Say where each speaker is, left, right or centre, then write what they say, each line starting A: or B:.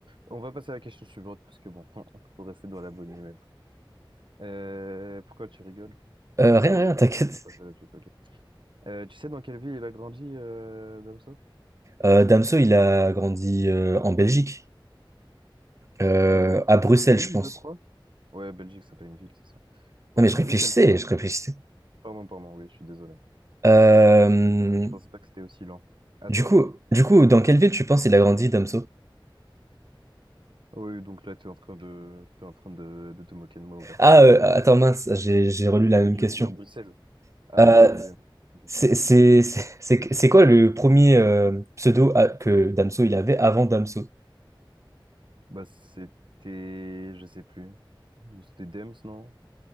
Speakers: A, on the right (about 65°); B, on the right (about 35°).
A: On va passer à la question suivante parce que bon, <laughs> faut rester dans la bonne humeur. Euh, pourquoi tu rigoles?
B: Euh, rien,
A: Bon,
B: rien, <laughs> t'inquiète.
A: on passe à la suite, ok. Euh, tu sais dans quelle ville il a grandi, euh, Damso?
B: Euh, Damso, il a grandi euh, en Belgique, Euh,
A: Euh,
B: à
A: j'ai
B: Bruxelles,
A: dit ville,
B: je pense.
A: je crois. Ouais, Belgique, c'est pas une ville, c'est ça. Ouais,
B: Non mais je réfléchissais,
A: Bruxelles, c'est ça.
B: je réfléchissais.
A: Pardon, pardon, oui, je suis désolé.
B: Euh,
A: Euh, Je pensais pas que c'était aussi lent. À
B: du
A: toi.
B: coup, du coup, dans quelle ville tu penses il a grandi, Damso?
A: Oui, donc là, tu es en train de, t'es en train de, de te moquer de moi ouvertement.
B: Ah, euh, attends, mince, j'ai j'ai relu la
A: Que
B: même
A: tu
B: question.
A: veux me dire Bruxelles? Ah,
B: Euh,
A: ok, t'as lu. Ok.
B: c'est c'est- c'est- c'est- c'est quoi le premier euh, pseudo à- que Damso il avait avant Damso?
A: Bah, c'était, je sais plus. C'était Dems, non?